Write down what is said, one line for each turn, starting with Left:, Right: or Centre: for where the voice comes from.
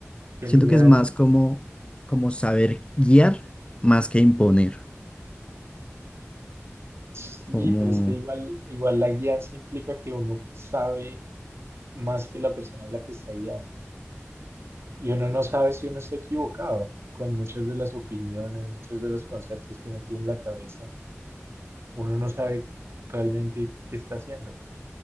Right: que
Left: siento
Right: mire
Left: que
Right: a
Left: es
Right: ver
Left: más
Right: cómo
Left: como,
Right: hace.
Left: como saber guiar más que imponer.
Right: Sí,
Left: como...
Right: pero es que igual, igual la guianza implica que uno sabe más que la persona a la que está guiando. Y uno no sabe si uno está equivocado con muchas de las opiniones, muchos de los conceptos que uno tiene en la cabeza. Uno no sabe realmente qué está haciendo.